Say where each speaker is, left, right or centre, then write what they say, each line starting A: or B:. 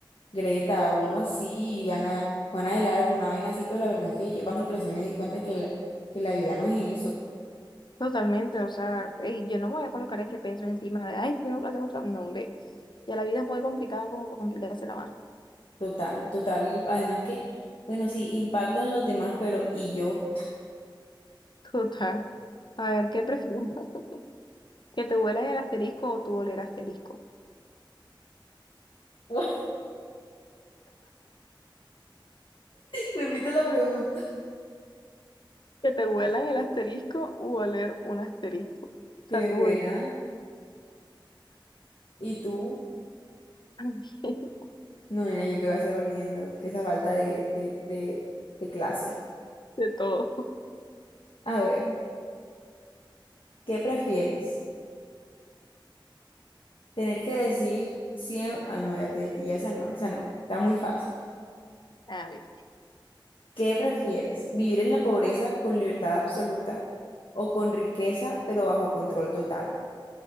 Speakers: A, on the left; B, on the left.
A: Greta o algo así, Ana, Juana del Arco, una vaina así, pero la verdad es que yo cuando crecí me di cuenta que la, que la vida no es eso,
B: Totalmente, o sea, ey, yo no me voy a colocar ese peso encima de, ay, tengo que hacer un cambio, no, hombre. Ya la vida es muy complicada como para complicársela más.
A: total, total, además que, bueno, sí, impacto en los demás, pero ¿y yo?
B: <laughs> Total. A ver, ¿qué prefieres? <laughs> ¿Que te huelan el asterisco o tú oler asterisco?
A: <laughs> Repite la pregunta,
B: Que te huelan el asterisco u oler un asterisco. O
A: que
B: sea,
A: me
B: tú
A: vuelan,
B: oler
A: ¿y tú?
B: <laughs>
A: No, nena, yo qué voy a hacer oliendo, que esa falta de, de, de, de clase.
B: de todo.
A: A ver, ¿qué prefieres? Tener que decir siempre. Ah, no, ya, te- ya esa no, esa no. Está muy fácil.
B: A ver,
A: ¿Qué prefieres? ¿Vivir en la pobreza con libertad absoluta o con riqueza pero bajo control total?